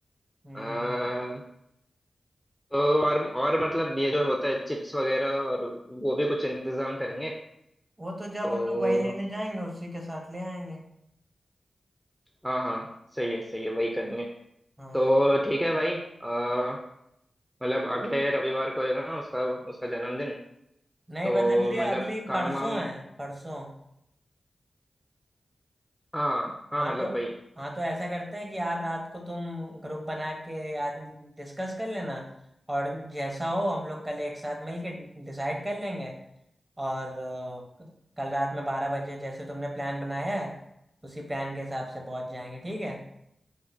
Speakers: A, on the right (about 25°); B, in the centre.
A: हम्म
B: आ, तो और और मतलब ये जो होता है चिप्स वगैरह और वो भी कुछ इंतजाम करेंगे
A: वो तो जब
B: तो
A: हम लोग वही लेने जाएंगे उसी के साथ ले आएंगे
B: हाँ हाँ सही है सही है वही करेंगे
A: हाँ
B: तो ठीक है भाई आ, मतलब अगले रविवार को है ना उसका उसका जन्मदिन
A: नहीं
B: तो
A: बस अगले
B: मतलब
A: अगले
B: काम
A: परसों
B: वाम
A: है परसों
B: हाँ हाँ
A: हाँ
B: मतलब
A: तो
B: भाई
A: हाँ तो ऐसा करते हैं कि यार रात को तुम ग्रुप बना के यार डिस्कस कर लेना और जैसा हो हम लोग कल एक साथ मिलके डिसाइड कर लेंगे और अ, कल रात में बारह बजे जैसे तुमने प्लान बनाया है उसी प्लान के हिसाब से पहुंच जाएंगे ठीक है